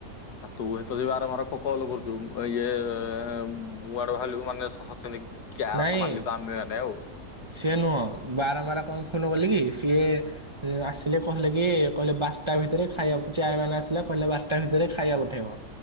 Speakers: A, on the left; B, on the right.
A: ଆଉ ତୁ ଏତ ଯ ବାରମ୍ବାର କଲ୍ କରୁଛୁ ଏଇ ମୁଁ <unintelligible> ଭାବଲିବୁ ମାନେ ଗ୍ୟାସ୍
B: ନାଇଁ
A: ମାଲିକ ଆମେ ମାନେ ଆଉ।
B: ସିଏ ନୁହଁ ବାରମ୍ବାର କଣ ଫୋନ କଲି କି ସିଏ ସେ ଆସିଲେ କହିଲେ କି କହିଲେ ବାରଟା ଭିତରେ ଖାଇବା ଚାରି ମାନେ ଆସିଲା କହିଲେ ବାରଟା ଭିତରେ ଖାଇବା ପଠେଇବ।